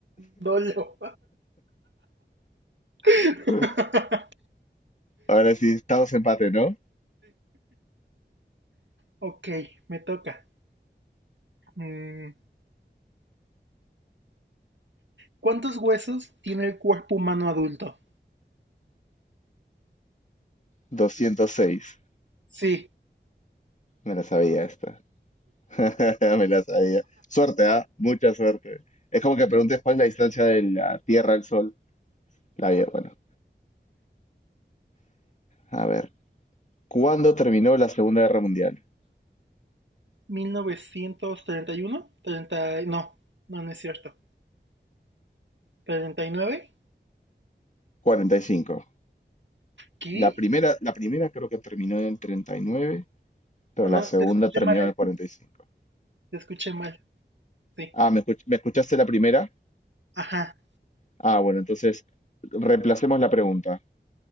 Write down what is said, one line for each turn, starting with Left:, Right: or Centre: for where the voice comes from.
Right: dolo. <laughs>
Left: Pues, ahora sí, estamos empate, ¿no?
Right: Ok, me toca. Mm, ¿Cuántos huesos tiene el cuerpo humano adulto?
Left: 206.
Right: Sí.
Left: Me la sabía esta. <laughs> Me la sabía. Suerte, ¿ah? Mucha suerte. Es como que preguntes cuál es la distancia de la Tierra al Sol. La vida, bueno. A ver. ¿Cuándo terminó la Segunda Guerra Mundial?
Right: mil novecientos treinta y uno 30 no, no, no es cierto. treinta y nueve
Left: 45.
Right: ¿qué?
Left: La primera, la primera creo que terminó en el 39, pero
Right: No,
Left: la segunda
Right: te escuché
Left: terminó
Right: mal, Alexis,
Left: en el 45.
Right: te escuché mal, sí.
Left: Ah, ¿me escuch- me escuchaste la primera?
Right: Ajá,
Left: Ah, bueno, entonces reemplacemos la pregunta.